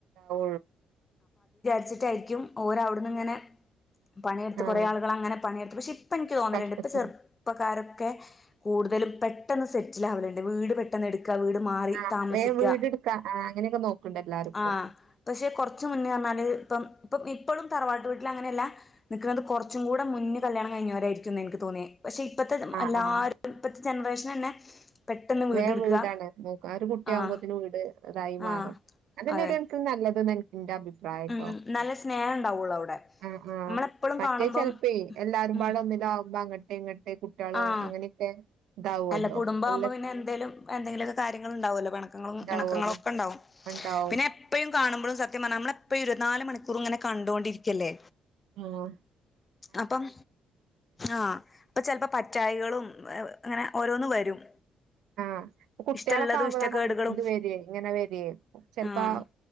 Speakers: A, on the right; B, on the left.
A: ഉ
B: ായിരിക്കും ഓരവി ഇങ്ങനെ പണിയെടുത്ത്
A: ആഹ്
B: കുറേ ആളനെ പണിയെടുത്ത് പക്ഷെ ഇപ്പ എനിക്ക് തോന്നറുണ്ട്
A: കഷ്ടപ്പെട്ട്
B: ഇപ്പൊ ചെറുപ്പക്കാരൊക്കെ കൂടുതലും പെ പെട്ട സെറ്റിലാവണ്ട് വീട് പെട്ടെന്ന് എടു വട് മാ
A: ആഹ്
B: താമസിക്ക
A: വേം വീടെടുക്കാ ആഹ് അങ്ങനെയൊക്കെ നോക്കണ്ട് എല്ലാരും ഇപ്പൊ
B: ആ പക്ഷെ കുറുന്ന അന ഇപ്പം ഇപ്പം ഇപ്പോഴും തറവാട്ട് വീട്ടിൽ അങ്ങനെല്ല നിൽക്കുന്നത് കുറച്ചും കൂടെ മുന്ന കല്യാണം കഴിഞ്ഞവരായിരിക്കും എനിക്ക് തോന്നിയത് പക്ഷെ ഇപ്പത്തെ
A: ആഹ്
B: എല്ലാരും
A: ആഹ്
B: ഇപ്പത്തെ ജനറേഷൻ തന്നെ പെട്ടെന്ന് വീട്
A: വേറെ
B: എടുക്കുക
A: വീടാണ് നോക്ക ആ ഒരു കുട്ടിയാകുമ്പോതിന്
B: ആഹ്
A: വീട് ഇതായി മാറും
B: ആഹ്
A: അതന്നെ
B: അതെ
A: ഒരു കണക്കിന് നല്ലത് എന്റെ അഭിപ്രായട്ടോ
B: ഉം നല്ല സ്നേഹം ഉണ്ടാവുള്ളൂ അവിടെ
A: ആ ആഹ്
B: നമ്മളെപ്പോഴും
A: മറ്റേ
B: കാണുമ്പം
A: ചിലപ്പേ എല്ലാട മ്പാട
B: ഉം
A: ഒന്നില്ല ആകുമ്പോ അങ്ങട്ടെ ഇങ്ങട്ടെ കുട്ടികളും
B: ആഹ്
A: അങ്ങനെയൊക്കെ ഇതാവല്ലോ
B: അല്ല കുടുംബാകുമ്പോ
A: എല്ല
B: പിന്നെ എന്തേലും എന്തെങ്കിലുമക്കെ കാര്യങ്ങള് ഉണ്ടാവുമല്ലോ പിണക്കങ്ങളും
A: ഉണ്ടാവുമല്ലോ
B: ഇണക്കങ്ങളും ഒക്കെ ഉണ്ടാവും
A: ഉണ്ടാവും
B: പിന്നെ എപ്പഴും കാണുമ്പോഴും സത്യ പറത്ത നമ്മളെപ്പ ഇരുപത്തി നാല് മണിക്കൂർ ഇങ്ങനെ കണ്ടുകൊണ്ടിരിക്കല്ലേ
A: ഓ
B: അപ്പം ആഹ് അപ്പൊ ചിലപ്പോ വയ്യായികളും അങ്ങനെ ഓരോന്ന് വരും
A: ആഹ കുട്ടികളക്കെ
B: ഇഷ്ടമുള്ളതും
A: ആവുമ്പോഴാണ്
B: ഇഷ്ടക്കേടുകളും
A: ഇത് വരിയേ ഇങ്ങനെ വരിയേ ചെിലപ്പോ
B: ആഹ്